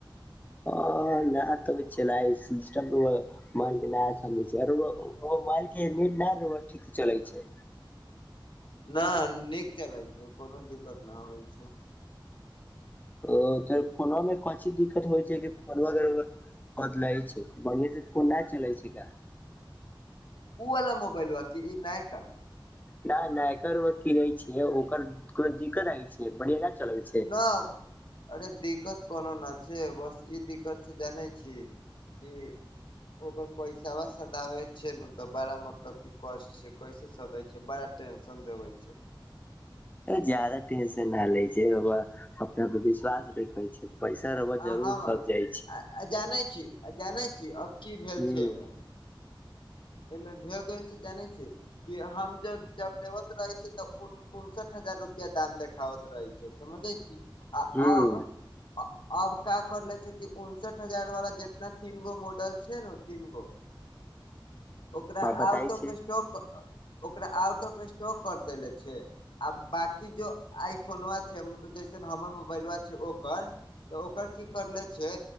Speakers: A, on the left; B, on the left.
A: आ नहि त चलिइ सिस्टम के मोबाइल के नै छै मोबाइल के बैच न लें ठीक चलै छै।
B: ना नीक चलै छै, कोनो दिकत नै होइ छै।
A: ओ त फोनो मे कोन चीज दिकत होइ छै कि फोनो अगर बदलै छै बढ़ियां से फोन न चलै छै का
B: उ वला मोबैल आकी ई नयका।
A: न न एकर किने छियै ओकर को दिकत होई छै बढ़िया न चले छै।
B: ना। अरे दिक्कत कोनो ना छै बस ई दिक्कत छै जानै छी कि ओकर पैसा सदाबे छै ने बड़ा मतलब कि कष्ठ कैसे स दै छै बड़ा टेंशन देवै छै।
A: जादा टेंशन न लै छै अपना पर विश्वास रखै छै। पैसा रहब
B: आ
A: जरूर
B: हम
A: छै, जाइ छी।
B: आ जानै छी जानै छी अब की भेल
A: हूं
B: छै ऐमे? एमे भए गेल छै जानै छै कि हम ज जब लेबत रहे छी तब उन उनसठ हजार रुपआ दाम देखाबैत रहै छै समझै छी आ
A: हूं
B: अब अब का करले छै कि उनसठ हजार वाला जितना तीन गो मॉडल छै ने तीन गो ओकरा
A: आ बताय
B: आउट ऑफ
A: छै
B: स्टॉक ओकरा आउट ऑफ स्टॉक कर देले छै। आ बाकी जे आइ फोन छै मतलब जैसन हमर मोबाइल छै ओकर त ओकर की करले छै